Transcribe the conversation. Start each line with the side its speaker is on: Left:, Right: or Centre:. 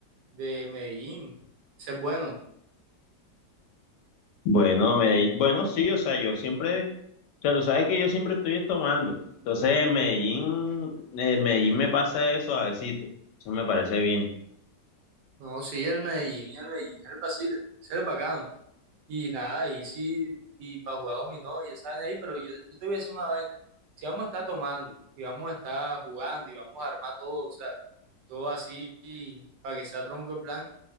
Right: de Medellín. Ese es bueno.
Left: Bueno, Medellín. Bueno, sí, o sea, yo siempre, o sea, tú sabes que yo siempre estoy tomando. Entonces, Medellín, eh, Medellín me pasa eso suavecito. Eso me parece bien.
Right: No, sí, el Medellín, el Medellín, el Basile, ese es el bacano. Y nada, y sí, y para jugar dominó y esa vaina ahí, pero yo, yo te voy a decir una vaina. Si vamos a estar tomando, y vamos a estar jugando, y vamos a armar todo, o sea, todo así, y para que sea tronco el plan,